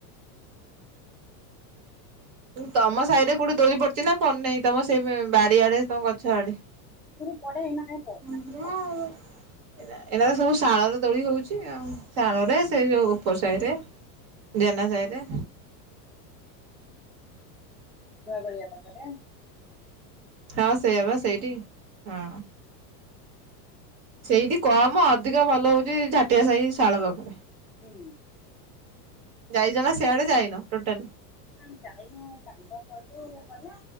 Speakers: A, on the right (about 40°); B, in the centre.
A: ଉଁ ତମ ସାହିରେ କୋଉଠି ଦୋଳି ପଡିଚି ନା ପଡି ନାଇଁ ତମ ସେଇ ବଁ ବାରି ଆଡେ ତମ ଗଛ ଆଡେ?
B: ହୁଁ ପଡେ ଏଇନା କାଇଁ ପ
A: ଯାହା ହଉ। ଏରା ଏରା ତ ସବୁ ଶାଳରେ ଦୋଳି ହଉଚି ଆଉ ଶାଳରେ ସେଇ ଯୋଉ ଉପର ସାହିରେ। ଜେନା ସାହିରେ।
B: ନୂଆଗଳିଆ ପାଖରେ।
A: ହଁ ସେୟା ବା ସେଇଟି ହଁ। ସେଇଟି କମ ଅଧିକ ଭଲ ହଉଚି ଝାଟିଆ ସାହି ଶାଳ ପାଖରେ।
B: ହୁଁ।
A: ଯାଇଚ ନା ସିଆଡେ ଯାଇନ ଟୋଟାଲି?
B: ନା ଯାଇନୁ କାଲି ତ ପଇଲୁ ଗଲା।